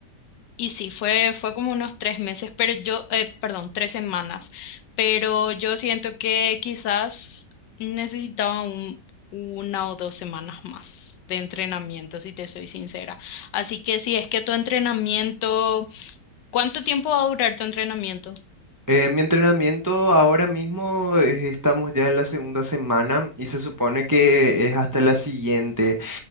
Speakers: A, on the left (about 80°); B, on the right (about 25°).
A: y sí, fue, fue como unos tres meses, pero yo, eh, perdón, tres semanas, pero yo siento que quizás necesitaba un, una o dos semanas más de entrenamiento, si te soy sincera. Así que si es que tu entrenamiento, ¿cuánto tiempo va a durar tu entrenamiento?
B: Eh, mi entrenamiento ahora mismo eh, estamos ya en la segunda semana y se supone que es hasta la siguiente.